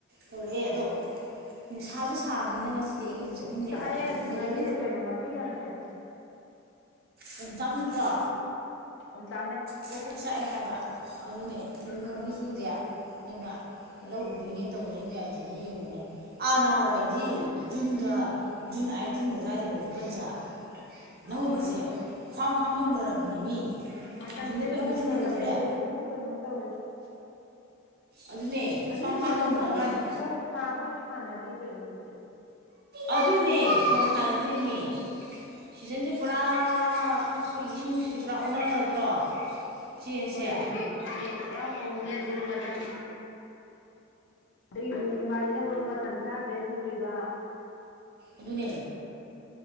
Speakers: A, on the right; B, on the left.
A: ꯇꯧꯔꯛꯑꯦ
B: ꯎꯝ
A: ꯑꯗꯣ ꯅꯨꯡꯁꯥꯁꯨ ꯁꯥꯕꯅꯤꯅ ꯉꯁꯤꯗꯤ ꯑꯩ ꯀꯩꯁꯨ ꯆꯠꯅꯤꯡꯗꯦꯕ
B: ꯁꯥꯢꯌꯦ
A: ꯕꯤꯠ
B: ꯑꯁ
A: ꯑꯃ
B: ꯉꯁꯤꯁꯦ
A: ꯏꯔꯩ
B: ꯀꯩꯅꯣ ꯉꯁꯤ ꯌꯥꯝ ꯁꯥꯢ
A: ꯑꯣꯝꯆꯥꯛꯅꯗ꯭ꯔꯣ
B: ꯑꯣꯝꯆꯥꯛꯅꯩ
A: ꯄꯣꯛ ꯄꯣꯛ ꯆꯥꯛꯑꯦ ꯍꯥꯏꯕ ꯑꯗꯨꯅꯦ ꯑꯗꯨ ꯅꯣꯡꯗꯤ
B: ꯑꯥ
A: ꯆꯨꯗꯦ ꯅꯅ
B: ꯎꯝ
A: ꯂꯧ ꯎꯗꯣꯏꯅꯦ ꯇꯧꯅꯩ ꯃꯌꯥꯝꯁꯤꯕꯨ ꯌꯦꯡꯉꯨꯅꯦ ꯑꯥ ꯅꯍꯥꯟꯋꯥꯏꯗꯤ ꯖꯨꯟꯗ ꯖꯨꯟ ꯑꯥꯏꯇꯤꯟꯒ ꯑꯗꯨꯋꯥꯏꯗꯒꯗꯤ ꯄꯟꯖ ꯂꯧꯒꯁꯦ
B: ꯍꯣꯏ
A: ꯈ꯭ꯋꯥꯡ ꯈ꯭ꯋꯥꯡ ꯌꯧꯅꯔꯕꯅꯤ ꯃꯤ
B: ꯃꯇꯝꯁꯦ
A: ꯍꯧꯖꯤꯛꯅ ꯀꯩꯅꯣ
B: ꯈꯪꯗꯦ
A: ꯖꯨꯟ
B: ꯃꯇꯝꯁꯦ
A: ꯂꯣꯏꯗꯣꯔꯦ
B: ꯁꯤꯁꯦ ꯁꯨꯝ ꯀꯩꯅꯣꯝ ꯇꯧꯔꯦ
A: ꯑꯗꯨꯅꯦ
B: ꯍꯧꯖꯤꯛ
A: ꯈ꯭ꯋꯥꯡ ꯈ꯭ꯋꯥꯡ
B: ꯂꯧ
A: ꯌꯧꯅꯔꯀꯥꯟꯗ
B: ꯐꯧ ꯐꯧ ꯊꯥ ꯐꯧ ꯊꯥꯅꯗ꯭ꯔꯤ ꯀꯩꯅꯣ ꯍꯧꯖꯤꯛꯁꯦ
A: ꯑꯗꯨꯅꯦ ꯐꯧ ꯊꯥꯅꯗ꯭ꯔꯤꯃꯦ ꯁꯤꯖꯟꯁꯦ ꯄꯨꯔꯥ ꯑꯩꯈꯣꯏꯒꯤ ꯏꯁꯤꯡ ꯅꯨꯡꯁꯤꯁꯦ ꯄꯨꯔꯥ ꯑꯣꯟꯅꯔꯗ꯭ꯔꯣ ꯆ <unintelligible> ꯁꯦ
B: ꯍꯣꯏ ꯑꯗꯨꯅꯦ ꯄꯨꯔꯥ ꯍꯣꯡꯉꯦ ꯍꯧꯖꯤꯛ ꯃꯇꯝ ꯑꯗꯩ ꯅꯣꯡꯒ ꯍꯥꯏꯁꯤꯅ ꯃꯔꯣꯟ ꯑꯃ ꯃꯇꯝ ꯆꯥꯗ꯭ꯔꯦ ꯆꯨꯔꯤꯕ
A: ꯑꯗꯨꯅꯦ